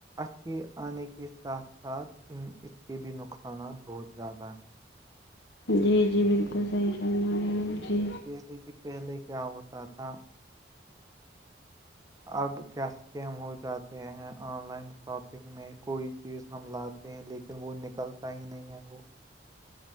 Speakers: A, on the right (about 20°); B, on the left (about 80°).
A: اچھھی آنے کے ساتھ ساتھ ان اس کے بھی نقصانات بہت زیادہ ہیں
B: جی جی بالکل
A: ج-
B: صحیح کرم رہے ہ جی
A: جیسے کہ پہلے کیا ہوتا تھا اب کیا اسکیم ہو جاتے ہیں آن لائن شاپ کوئی چیز ہم لاتے ہیں لیکن وہ نکلتا ہی نہیں ہے وہ